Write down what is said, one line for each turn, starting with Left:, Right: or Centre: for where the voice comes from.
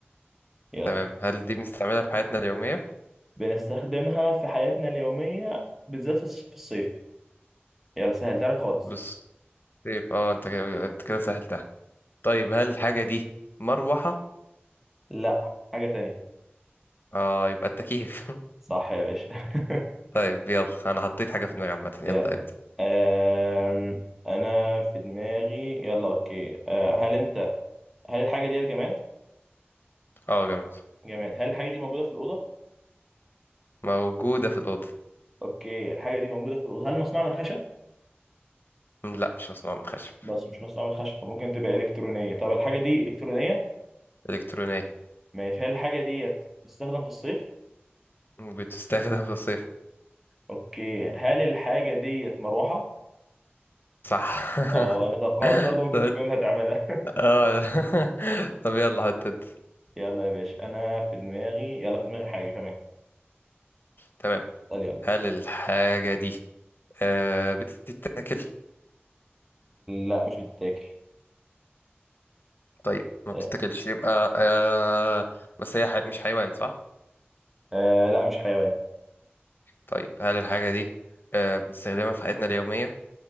Centre: يلا
Left: تمام هل دي بنستعملها في حياتنا اليومية
Centre: بنستخدمها في حياتنا اليوميه بالذات في الص- في الصيف يلا سهلتها لك خالص
Left: بص طيب اه انت كده انت كده سهلتها طيب هل الحاجة دي مروحة
Centre: لا حاجه تانية
Left: اه يبقى التكييف
Centre: صح يا باشا
Left: <laughs>
Centre: <laughs>
Left: طيب يلا انا حطيت حاجة في دماغي عامة يلا
Centre: يلا
Left: ابدأ
Centre: أم... انا في دماغي يلا اوكي أه هل انت هل الحاجه دي جماد
Left: اه جامد
Centre: جماد هل الحاجه دي موجوده في الاوضه
Left: موجودة في الأوضة
Centre: اوكي الحاجه دي موجوده في الاوضه هل مصنوعه من خشب
Left: مم، لا مش مصنوعة من خشب
Centre: بس مش مصنوعه من خشب فممكن تبقى الكترونيه طب الحاجه دي الكترونيه
Left: إلكترونية
Centre: ماشي هل الحاجه ديت بتستخدم في الصيف
Left: بتستخدم في الصيف
Centre: اوكي هل الحاجه ديت مروحه
Left: صح
Centre: اه انا توقعت
Left: <laughs>
Centre: برضه ممكن
Left: طب-
Centre: تكون هتعملها
Left: اه <laughs> طب يلا حط انت.
Centre: <laughs> يلا يا باشا انا في دماغي يلا في دماغي حاجه كمان
Left: تمام
Centre: اسال يلا
Left: هل الحاجة دي آه بتتاكل
Centre: لا مش بتتاكل
Left: طيب ما
Centre: أه
Left: بتتاكلش يبقى آه بس هي حي... مش حيوان صح
Centre: آه، لا مش حيوان
Left: طيب هل الحاجة دي آه بنستخدمها في حياتنا اليومية